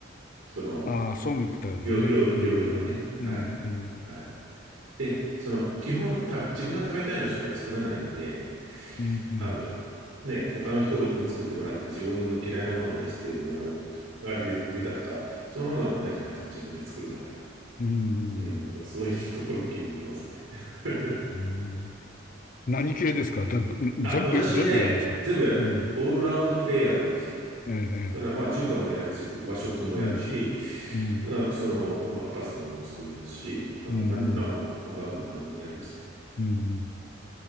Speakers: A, on the right (about 85°); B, on the left (about 45°).
A: その、
B: ああ、そうみたいですね。
A: 料、料理、
B: うん、
A: 料理はね。はい。
B: うん、うん、
A: はい。で、その、基本食べ、自分が食べたいのしか作らないんで、
B: うん、うん、
A: あの、ね、他の人に作ってもらって自分の嫌いなものを出してもらう、が出、出たとか、そんなのはないじゃないですか。自分で作るんだから。
B: うん。
A: うん。そういうところも気に入ってますね。<laughs>
B: うん何系ですかだ、全部、
A: あ、私ね、
B: 全部やるんですかうん、
A: 全部や、オールラウンドプレイヤーなんですよ。
B: ええ、
A: ただからまあ中華も選べし、
B: ええ
A: 和食もやるし、
B: うん、うん、
A: あその、まあパスタも作りますし、なんも、
B: うん、
A: なんでなんもハンバーグも何でもやりますね。
B: うん、うん。うん